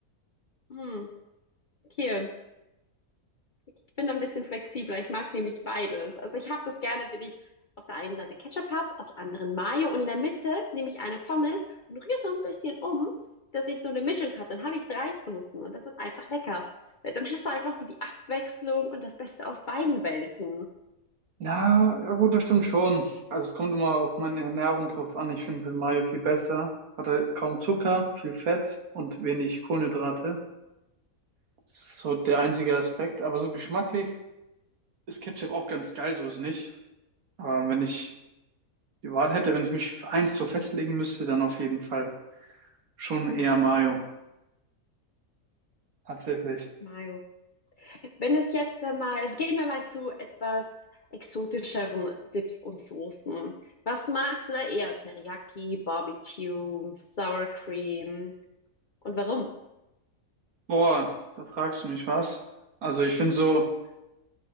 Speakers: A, on the left (about 45°); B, on the right (about 75°).
A: Hm, okay. Ich bin da ein bisschen flexibler. Ich mag nämlich beides. Also ich habe das gerne, wenn ich auf der einen Seite Ketchup habe, auf der anderen Mayo und in der Mitte nehme ich eine Pommes und rühre so ein bisschen um, dass ich so eine Mischung habe. Dann habe ich drei Soßen und das ist einfach lecker. Weil dann hast du einfach so die Abwechslung und das Beste aus beiden Welten.
B: Ja, ja gut, das stimmt schon. Also es kommt immer auf meine Ernährung drauf an. Ich finde Mayo viel besser. Hat halt kaum Zucker, viel Fett und wenig Kohlenhydrate. Das ist so der einzige Aspekt. Aber so geschmacklich ist Ketchup auch ganz geil, so ist nicht. Aber wenn ich die Wahl hätte, wenn ich mich für eins so festlegen müsste, dann auf jeden Fall schon eher Mayo. Tatsächlich.
A: Mayo. Wenn es jetzt wir mal, also gehen wir mal zu etwas exotischeren Dips und Soßen. Was magst du da eher? Teriyaki, Barbecue, Sour Cream und warum?
B: Boah, da fragst du mich was. Also ich finde so,